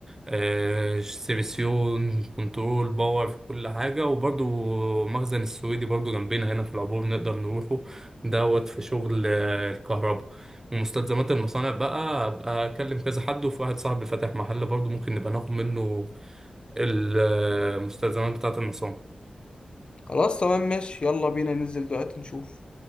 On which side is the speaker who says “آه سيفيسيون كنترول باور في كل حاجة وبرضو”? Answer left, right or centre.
Right